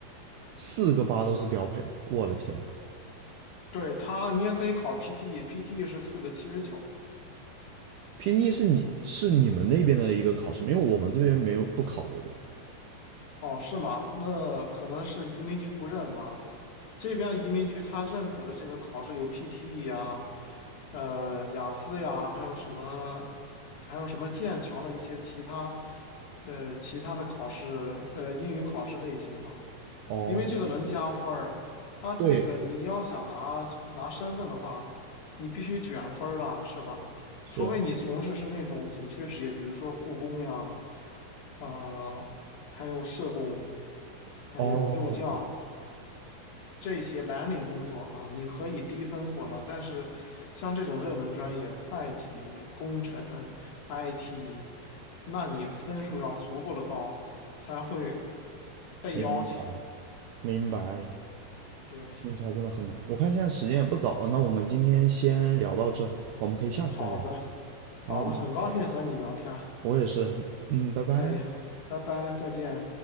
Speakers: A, on the right (about 75°); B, on the left (about 70°).
A: 四个八都是标配了，我的天
B: 对，它，你也可以考 PTE，PTE 是四个七十九。
A: ！PDE 是你是你们那边的一个考试吗？因为我们这边没有不考这个。
B: 哦，是吗？那可能是移民局不认吧。这边移民局他认可的这个考试有 PTE 呀，呃，雅思呀，还有什么，还有什么剑桥的一些其他，呃，其他的考试，呃，英语考试类型吧。
A: 哦，
B: 因为这个能加分儿，他这个你要想拿拿身份的话，
A: 对，
B: 你必须卷分儿了，是吧？
A: 是，
B: 除非你从事是那种紧缺职业，比如说护工呀，啊、还有社工，还有幼教。
A: 哦，
B: 这些蓝领工作啊，你可以低分获邀，但是像这种热门专业，会计、工程、IT，那你分数要足够的高，才会被邀请。
A: 明白明白了。
B: 对，
A: 听起来真的很难。我看现在时间也不早了，那我们今天先聊到这，我们可以下次再聊。
B: 好的，好的，
A: 好，嗯
B: 很高兴和你聊天儿，
A: 我也是，嗯，拜拜。
B: 哎，拜拜，再见。